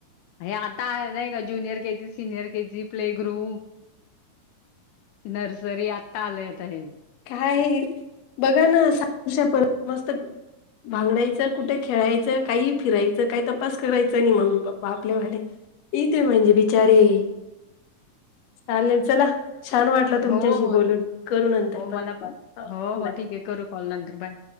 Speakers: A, on the left; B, on the left.
A: हे आता आहे नाही का junior KG senior KG play group... nursery आता आलंय आता हे..
B: काय बघा ना सहाषप मस्त... बागड्याचं कुठं खेळायचं काही फिरायचं काही तपास करायचं नाही मम्मी पप्पा आपल्या भाले.... इथे म्हणजे बिचारे..
A: <inaudible>
B: चालेल चला छान वाटलं तुमच्याशी
A: हो, हो.
B: बोलून करू नंतर...
A: हो
B: परत
A: मला
B: कॉल
A: पण हो हो
B: बाय
A: ठीक आहे करू कॉल नंतर बाय...